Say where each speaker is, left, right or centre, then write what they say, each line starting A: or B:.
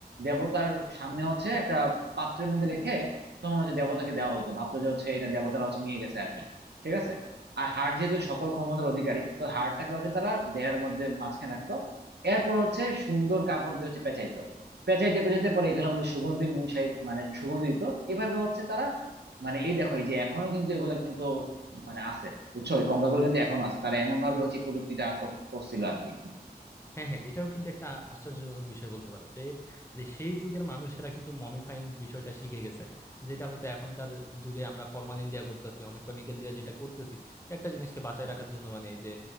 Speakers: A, on the right; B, on the left.
A: দেবতার সামনে হচ্ছে একটা পাত্রের মধ্যে রেখে তখন হচ্ছে দেবতাকে দেওয়া হতো ভাবতো যে হচ্ছে এটা দেবতারা হচ্ছে নিয়ে গেছে আর কি ঠিক আছে আর হাড় যেহেতু সকল ক্ষমতার অধিকারী তো হাড়টাকে হচ্ছে তারা দেহের মধ্যে মাঝখানে রাখতো এরপর হচ্ছে সুন্দর কাপড় দিয়ে হচ্ছে পেঁচাইতো পেঁচাইতে পেঁচাইতে পরে এগুলো আমাদের সুগন্ধি মশাই মানে সুগন্ধি দিত এভাবে হচ্ছে তারা মানে এই দেখো এই যে এখনো কিন্তু এগুলা কিন্তু মানে আছে বুঝছো এই কঙ্কালগুলো কিন্তু এখনো আছে তারা এমন ভাবে হচ্ছে এই প্রযুক্তিটা কর- করছিল আর কি
B: হ্যাঁ হ্যাঁ এটাও কিন্তু একটা আশ্চর্যজনক বিষয় বলতে পারো যে মানে সেই যুগের মানুষেরা কিন্তু মমিফাইং বিষয়টা শিখে গেছে যেটা হয়তো এখনকার যুগে আমরা ফরমালিন দিয়া করতেছি অনেক কেমিক্যাল দিয়া যেটা করতেছি একটা জিনিসকে বাঁচায় রাখার জন্য মানে এই যে